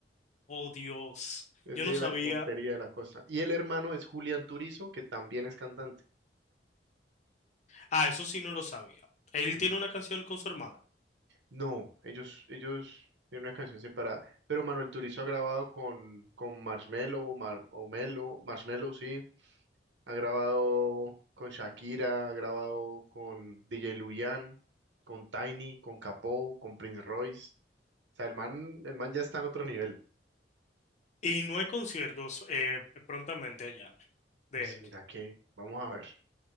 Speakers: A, on the left (about 40°); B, on the right (about 85°).
A: oh Dios,
B: es
A: yo
B: de
A: no sabía.
B: la Montería de la Costa. Y el hermano es Julián Turizo, que también es cantante.
A: Ah, eso sí no lo sabía. Él
B: Mm.
A: tiene una canción con su hermano
B: No, ellos, ellos tienen una canción separada. Pero Manuel Turizo ha grabado con, con Marshmello, Mar- o Melo, Marshmello, sí. Ha grabado con Shakira, ha grabado con DJ Luyan, con Tiny, con Capó, con Prince Royce. O sea, el man, el man ya está en otro nivel.
A: y no hay conciertos eh, prontamente allá de
B: Pues
A: él.
B: mira que, vamos a ver,